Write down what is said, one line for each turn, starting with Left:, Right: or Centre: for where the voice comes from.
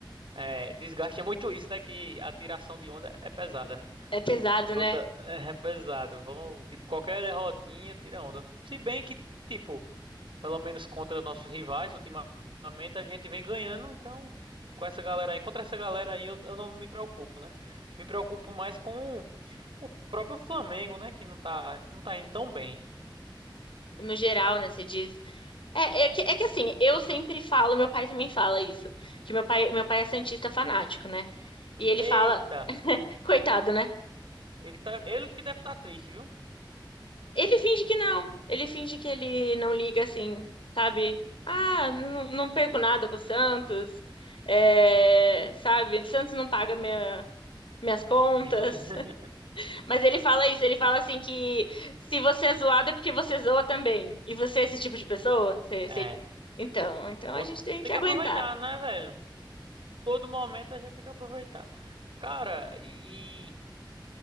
Right: É, desgaste é muito isso, né? Que a tiração de onda é pesada.
Left: É pesado,
Right: Toda
Left: né?
Right: é pesado. Vão, tipo, qualquer derrotinha tira onda. Se bem que, tipo, pelo menos contra os nossos rivais, ultimamente a gente vem ganhando, então com essa galera aí, contra essa galera aí eu, eu não me preocupo, né? Me preocupo mais com o próprio Flamengo, né? Que não tá, não tá indo tão bem.
Left: No geral, né? Você diz. É, é que, é que assim, eu sempre falo, meu pai também fala isso, que meu pai, meu pai é santista fanático, né? E ele
Right: Eita,
Left: fala, <laughs> coitado, né?
Right: ele tá, ele que deve estar triste, viu?
Left: Ele finge que não. Ele finge que ele não liga assim, sabe? Ah, não, não perco nada com o Santos. É, sabe? Santos não paga minha, minhas contas.
Right: <laughs>
Left: Mas ele fala isso, ele fala assim que se você é zoado é porque você zoa também. E você é esse tipo de pessoa? Você-
Right: É,
Left: você- Então, então
Right: pô,
Left: a gente tem
Right: tem
Left: que
Right: que
Left: aguentar.
Right: aproveitar, né, velho? todo momento a gente tem que aproveitar. Cara, e, e